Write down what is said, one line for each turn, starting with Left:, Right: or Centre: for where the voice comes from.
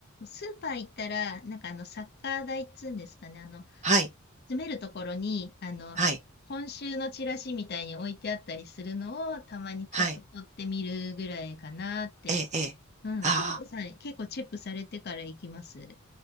Left: スーパー行ったら、なんかあの、サッカー台っつうんですかね、あの、
Right: はい。
Left: 詰めるところに、あの、
Right: はい。
Left: 今週のチラシみたいに置いてあったりするのを、たまにちょっと取ってみるぐらいかなって。
Right: はい。ええ、ええ。
Left: うん。
Right: ああ、
Left: ひろこさん、結構チェックされてから行きます。